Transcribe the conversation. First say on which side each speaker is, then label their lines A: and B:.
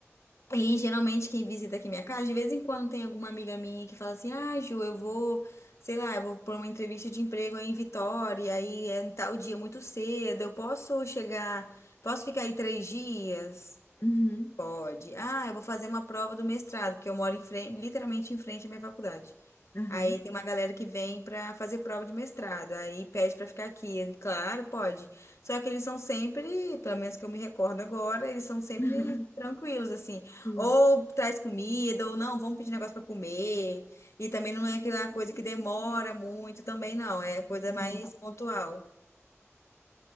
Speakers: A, on the left; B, on the left.
A: E geralmente quem visita aqui minha casa, de vez em quando tem alguma amiga minha que fala assim: Ah, Ju, eu vou, sei lá, eu vou por uma entrevista de emprego aí em Vitória, aí é em tal dia muito cedo, eu posso chegar, posso ficar aí três dias?
B: Uhum.
A: Pode. Ah, eu vou fazer uma prova do mestrado, porque eu moro em frente, literalmente em frente à minha faculdade.
B: Aham.
A: Aí tem uma galera que vem pra fazer prova de mestrado, aí pede pra ficar aqui. Claro, pode. Só que eles são sempre, pelo menos que eu me recordo agora, eles são sempre
B: <laughs>
A: tranquilos, assim.
B: Sim,
A: Ou traz comida, ou não, vamos pedir negócio pra comer. E também não é aquela coisa que demora muito, também não. É coisa
B: sim.
A: mais pontual,